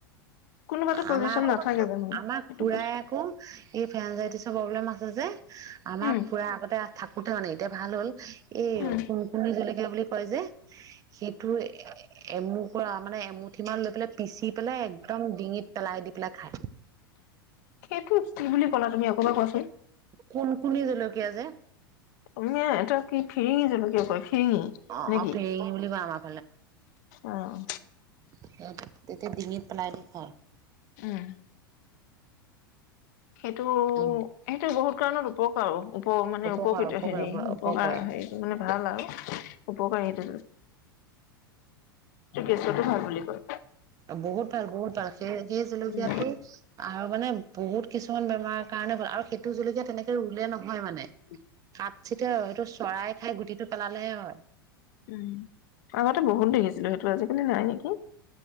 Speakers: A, on the left; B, on the right.
A: কোনোবাতো পজিচন
B: আমাৰ আকৌ
A: নাথাকে জানো
B: আমাক
A: সেইটো
B: খুৰাই
A: কৈছো
B: আকৌ এই ফেৰেনজাইটিছ <inaudible> <unintelligible> আমাৰ
A: উম
B: খুৰা আগতে থা উঠা নাই এতিয়া ভাল হল এ
A: উম
B: কুণকুণী জলকীয়া বুলি হয় যে, সেইটোৰ এ এমু কৰা মানে এমুঠি মান লৈ পেলাই পিচি পেলাই একদম ডিঙিত পেলাই দি পেলাই খায়।
A: সেইটো কি বুলি কলা? তুমি আকৌ এবা কোৱাচোন।
B: কুনকুনি জলকীয়া যে
A: তুমি এটা কি ফিৰিঙি জলকিয়া কয় ফিৰিঙি
B: অ
A: নে
B: অ
A: কি?
B: ফেৰেঙি বুলি কয় আমাৰ
A: উম
B: তেওঁক, তেতিয়া ডিঙিত পেলাই দি <inaudible>
A: উম সেইটো
B: উম
A: সেইটো বহুত <unintelligible> উপ মানে
B: উপকাৰ
A: উপকৃত
B: উপকাৰ
A: হেৰি উপকাৰ
B: উপকাৰী
A: হেটো মানে ভাল আৰু উপকাৰী <unintelligible> এটো গেছতো ভাল বুলি কয়।
B: অ বহুত ভাল-বহুত ভাল সেই জী-জলকীয়াটো
A: উম।
B: আহৰ কাৰণে বহুত কিছুমান বেমাৰৰ কাৰণে ভাল আৰু সেইটো জলকীয়া তেনেকে ৰুলে নহয় মানে
A: উহ
B: <unintelligible> এইটো চৰাই খাই গুটিটো পেলালেহে হয়।
A: উম, আগতে বহুত দেখিছিলো সেইটো আজি আপুনি নাই নেকি?